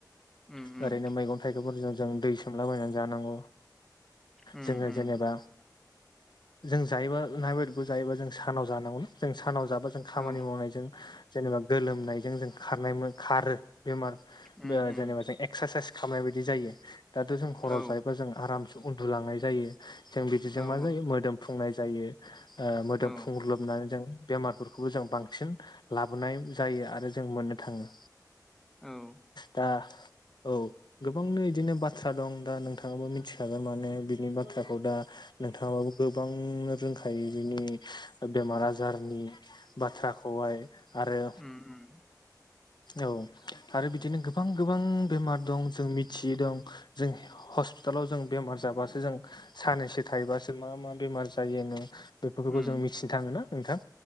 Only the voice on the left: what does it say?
ओरैनो मैगं थाइगंफोरजों जों दै सोमलाबायनानै जानांगौ
जोङो
जेनेबा जों जायोबा ना बेदरखौ जायोबा जों सानाव जानांगौनाा जों सानाव जाबा जों खामानि
मावनायजों जेनेबा गोलोमनायजों जों खारनाय मो खारो बेमार
जेनेबा जों एक्सारसाइस खालामनाय बायदि जायो दाथ जों हराव
जायोबा जों आराम उन्दुलांनाय जायो जों बिदिजों
मा जायो मोदोम फुंनाय जायो ओ मोदोम
फुङोब्ला नानै जों बेमारफोरखौबो जों बांसिन लाबोनाय जायो आरो जों मोननो थाङो
दा औ गोबांनो बिदिनो बाथ्रा दं दा नोंथाङाबो मिथिखागोन माने बिनि बाथ्राखौ दा नोंथाङाबाबो गोबां रोंखायो बेनि बेमार आजार जारनि बाथ्राखौहाय आरो
औ आरो बिदिनो गोबां गोबां बेमार दं जों मिथियै दं जों हस्पिटालाव जों बेमार जाबासो जों साननैसो थायोबासो मा मा बेमार बेफोरखौ
जों मिथि नोंथां ना नोंथां